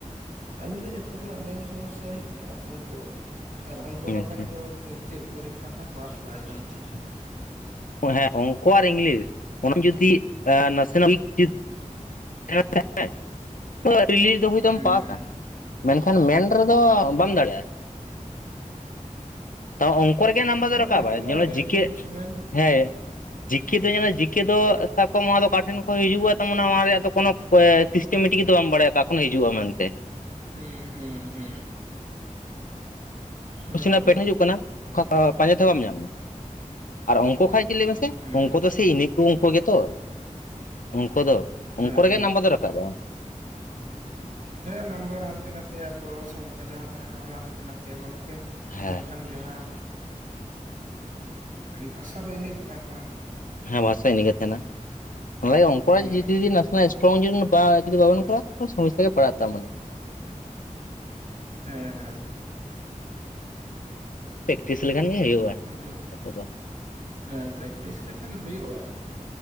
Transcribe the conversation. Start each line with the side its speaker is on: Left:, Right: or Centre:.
Right: ᱟᱹᱞᱤᱧ ᱫᱚ ᱡᱷᱚᱛᱚ ᱠᱷᱚᱱᱟᱜ ᱢᱮᱱ ᱥᱚᱢᱚᱥᱥᱟ ᱦᱩᱭᱩᱜ ᱠᱟᱱᱟ ᱚᱝᱠᱚ ᱟᱨ ᱚᱝᱠᱚ
Left: ᱟᱪᱪᱷᱟ
Right: ᱵᱟᱠᱷᱟᱡ
Left: ᱦᱮᱸ
Right: ᱫᱚ ᱪᱮᱫ ᱯᱚᱨᱤᱠ ᱠᱷᱟ ᱦᱚᱸ ᱯᱟᱥ ᱵᱟᱭ ᱜᱟᱱᱚᱜᱼᱟ᱾
Left: ᱚ ᱦᱮᱸ ᱚᱝᱠᱚ ᱟᱨ ᱤᱝᱞᱤᱥ ᱚᱱᱟ ᱡᱩᱫᱤ ᱱᱟᱥᱮᱱᱟᱢ ᱪᱤᱫ <unintelligible> ᱫᱚ ᱦᱚᱭᱛᱚᱢ
Right: ᱦᱩᱸ
Left: ᱯᱟᱥᱟ᱾ ᱢᱮᱱᱠᱷᱟᱱ ᱢᱮᱱ ᱨᱮᱫᱚ ᱵᱟᱢ ᱫᱟᱲᱮᱜᱼᱟ᱾ ᱛᱟᱣ ᱚᱝᱠᱚ ᱨᱮᱜᱮ ᱱᱟᱢᱵᱟᱨ ᱫᱚ
Right: ᱟᱫᱚ
Left: ᱨᱟᱠᱟᱵᱟᱭ
Right: ᱱᱤᱛᱚᱜ ᱢᱟ
Left: ᱡᱮᱢᱚᱱ
Right: ᱢᱮᱱ
Left: ᱡᱤᱠᱮ
Right: ᱢᱮᱱ
Left: ᱦᱮᱸ ᱡᱤᱠᱮ ᱫᱚ ᱧᱮᱞ ᱮᱸ ᱡᱤᱠᱮ ᱫᱚ ᱥᱟᱵ ᱠᱟᱢ ᱱᱚᱣᱟ ᱫᱚ ᱚᱠᱟ ᱴᱷᱮᱱ ᱠᱷᱚᱱ ᱦᱤᱡᱩᱜᱼᱟ ᱛᱟᱢᱟᱱᱮ ᱚᱱᱟ ᱨᱮᱭᱟᱜ ᱫᱚ ᱠᱚᱱᱚ ᱚᱠᱚᱭ ᱥᱤᱥᱴᱮᱢᱮᱴᱤᱠ ᱫᱚ ᱵᱟᱢ ᱵᱟᱲᱟᱭᱟ ᱚᱠᱟ ᱠᱷᱚᱱ ᱦᱤᱡᱩᱜᱼᱟ ᱢᱮᱱᱛᱮ᱾
Right: ᱦᱩᱸ ᱦᱩᱸ ᱦᱩᱸ ᱚᱱᱟ
Left: ᱠᱚᱥᱪᱮᱱ
Right: ᱠᱚᱫᱚ
Left: ᱱᱟᱜ ᱯᱮᱴ ᱦᱤᱡᱩᱜ ᱠᱟᱱᱟ ᱠᱷᱚᱠ ᱯᱟᱸᱡᱟ ᱛᱮᱦᱚᱸ ᱵᱟᱢ ᱧᱟᱢᱟ ᱟᱨ ᱚᱝᱠᱚ ᱠᱷᱚᱡ ᱪᱮᱜ ᱞᱟᱹᱭ ᱢᱮᱥᱮ
Right: ᱦᱩᱸ
Left: ᱚᱝᱠᱚ ᱫᱚ ᱥᱮ ᱤᱱᱟᱹ ᱠᱩ ᱚᱝᱠᱩ ᱜᱮᱛᱚ ᱚᱝᱠᱚ ᱫᱚ
Right: ᱦᱮᱸ
Left: ᱚᱝᱠᱚ ᱨᱮᱜᱮ
Right: ᱦᱮᱸ
Left: ᱱᱟᱢᱵᱟᱨ ᱫᱚ ᱨᱟᱠᱟᱵᱼᱟ᱾
Right: ᱦᱮᱸ ᱱᱟᱢᱵᱟᱨ ᱦᱟᱱᱛᱮ ᱱᱟᱛᱮᱭᱟ ᱠᱚ ᱥᱚᱝᱠᱷᱟ ᱡᱟᱦᱟᱸ ᱛᱟᱦᱮᱱᱟ ᱚᱱᱟ ᱦᱟᱱᱛᱮ ᱱᱟᱛᱮᱭᱟ ᱠᱚ ᱢᱮᱱᱠᱷᱟᱡ
Left: ᱦᱮᱸ
Right: ᱵᱟᱝᱠᱷᱟᱱ ᱡᱟᱦᱟᱸ ᱩᱸᱜ ᱵᱷᱟᱥᱟ ᱫᱚ ᱤᱱᱟᱹᱜᱮ ᱛᱟᱦᱮᱱᱟ᱾
Left: ᱦᱮᱸ ᱵᱷᱟᱥᱟ ᱤᱱᱟᱹᱜᱮ ᱛᱟᱦᱮᱱᱟ, <unintelligible>
Right: ᱦᱮᱸ
Left: ᱱᱟᱥᱮᱱᱟᱜᱼᱼ <inaudible> ᱵᱟ ᱡᱩᱫᱤ ᱵᱟᱵᱮᱱ ᱠᱚᱨᱟ ᱛᱟᱞᱦᱮ ᱥᱚᱢᱚᱥᱟ ᱜᱮ ᱯᱟᱲᱟ ᱛᱟ ᱢᱟᱱᱮ᱾
Right: ᱦᱮᱸ ᱦᱮᱸ
Left: ᱯᱮᱠᱴᱤᱥ ᱞᱮᱠᱷᱟᱱ ᱜᱮ ᱦᱩᱭᱩᱜᱼᱟ
Right: ᱦᱮᱸ
Left: ᱚᱱᱟ ᱠᱚᱫᱚ
Right: ᱦᱮᱸ ᱯᱮᱠᱴᱤᱥ ᱞᱮᱠᱷᱟᱱ ᱦᱩᱭᱩᱜᱼᱟ᱾